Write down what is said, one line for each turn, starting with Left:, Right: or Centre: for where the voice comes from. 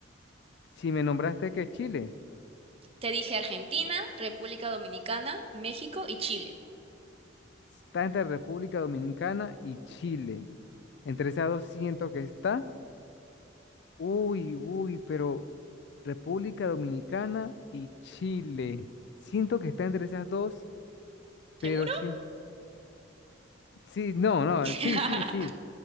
Left: si me nombraste que Chile,
Right: Te dije Argentina, República Dominicana, México y Chile.
Left: está entre República Dominicana y Chile. Entre esas dos siento que está. Uy, uy, pero República Dominicana y Chile. Siento que está entre esas dos,
Right: ¿Seguro?
Left: pero sí, sí, no, no,
Right: <laughs>
Left: sí, sí, sí.